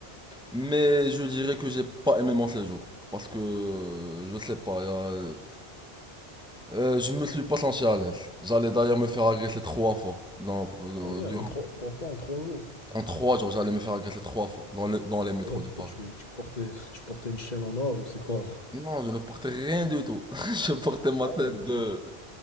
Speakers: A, in the centre; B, on the left.
A: mais je dirais que j'ai pas aimé mon séjour. Parce que, euh, je sais pas, il y a- euh, je me suis pas senti à l'aise. J'allais d'ailleurs me faire agresser trois fois. Dans- euh,
B: Ah ouais,
A: durant-
B: en trois, trois fois en trois jours.
A: en trois jours, j'allais me faire agresser trois fois dans, le- dans les métros
B: Ouais,
A: de
B: pourquoi
A: Paris.
B: tu, tu portais, <laughs> tu portais une chaîne en or ou c'est quoi?
A: Non, je ne portais rien du tout. <laughs> Je portais ma
B: Ah
A: tête
B: ouais,
A: de...
B: tu,